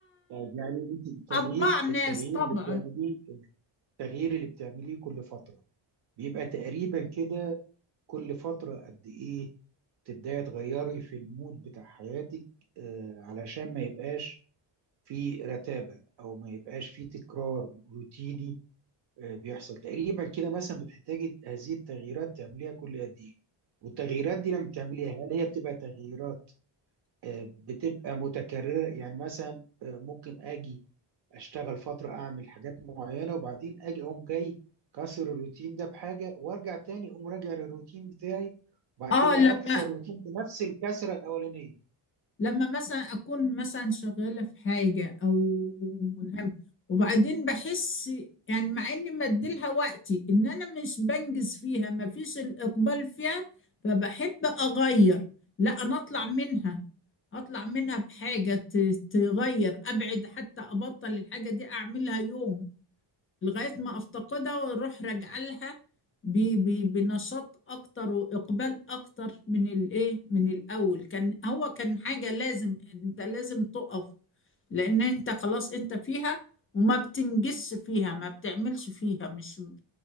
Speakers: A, on the right; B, on the left.
A: طيب يعني انت التغيير
B: اطباع ناس
A: التغيير
B: طبعا
A: اللي بتعمليه التغيير اللي بتعمليه كل فتره بيبقى تقريبا كده كل فتره قد ايه تبداي تغيري في المود بتاع حياتك آه، علشان ما يبقاش في رتابة أو ما يبقاش في تكرار روتيني آه، بيحصل تقريبا كده مثلا بتحتاجي هذه التغييرات تعمليها كل قد إيه والتغييرات دي لما تعمليها هل هي بتبقى تغييرات آه، بتبقى متكررة يعني مثلا آه، ممكن أجي اشتغل فتره اعمل حاجات معينه وبعدين اجي اقوم جاي كسر الروتين ده بحاجه وارجع تاني اقوم راجع للروتين بتاعي وبعد
B: اه
A: كده
B: لما
A: اكسر الروتين بنفس الكسره الاولانيه
B: لما مثلا اكون مثلا شغاله في حاجه او ملهمه وبعدين بحس يعني مع اني مديلها وقتي ان انا مش بنجز فيها ما فيش الاقبال فيها فبحب اغير لا انا اطلع منها اطلع منها بحاجه ت- تغير ابعد حتى ابطل الحاجه دي اعملها يوم لغاية ما أفتقدها وأروح راجعة لها ب- ب- بنشاط أكتر وإقبال أكتر من الإيه من الأول كان هو كان حاجة لازم أنت لازم تقف لأن أنت خلاص أنت فيها وما بتنجزش فيها ما بتعملش فيها مش م-